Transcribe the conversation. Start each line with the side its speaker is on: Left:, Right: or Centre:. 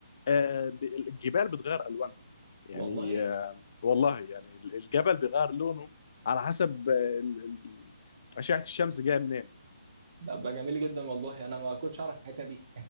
Left: آه، ب- الجبال بتغير الوانها يعني
Right: والله
Left: آه، والله يعني الجبل بيغير لونه على حسب آه، ال- ال- اشعه الشمس جايه منين
Right: ده بقى جميل جدا والله انا ما كنتش اعرف الحته دي